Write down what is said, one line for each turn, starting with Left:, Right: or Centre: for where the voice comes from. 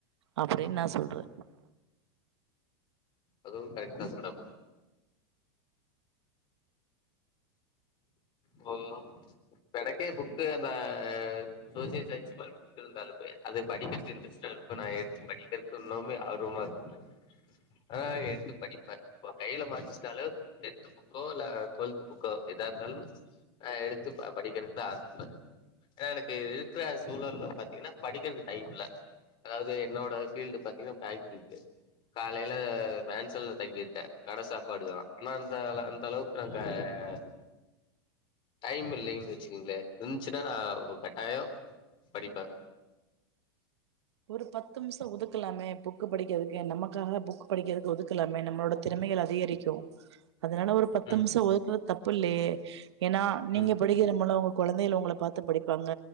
Right: அப்டின்னு நான் சொல்ற
Left: அதுவும் கரெக்ட் தானே மேடம் நல்லா எனக்கே புக்கு அந்த சோசியல் சயின்ஸ் இருந்தாலுமே அது படிக்கிறதுக்கு இன்ட்ரெஸ்ட்டா இருக்கு நான் எடுத்து படிக்கிறதுக்கு இன்னுமே ஆர்வமா இருக்கும் ஆ எடுத்து படிப்ப இப்ப கையில மாட்டுச்சினாலு எந்த புக்கோ இல்ல டுவெல்த் புக்கோ எதா இருந்தாலும் எடுத்து படிக்கிறதுக்குதா ஆரம்பிபே ஆ எனக்கு இருக்கற சூழல்ல பாத்தீங்கன்னா படிக்கறதுக்கு டைம் இல்ல அதாது என்னோட ஃபீல்டு பாத்தீங்கன்னா பேங்கிங்கு காலையில மேன்சல்ல தங்கிருக்க கட சாப்பாடு தா ஆனா அந்த அள அந்த அளவுக் <unintelligible> டைம் இல்லைன்டு வெச்சிக்குங்களே இருந்துச்சுன்னா நா கட்டாயோ படிப்பே
Right: ஒரு பத்து நிமிஷோ ஒதுக்கலாமே புக் படிக்கிறதுக்கு நமக்காக புக் படிக்கிறதுக்கு ஒதுக்கலாமே நம்மளோட திறமைகள் அதிகரிக்கும் அதனால ஒரு பத்து
Left: ம்
Right: நிமிஷோ ஒதுக்குறது தப்பு இல்லையே ஏன்னா நீங்க
Left: ம்
Right: படிக்கிற போனா கொழந்தைகள் உங்களை பாத்து படிப்பாங்க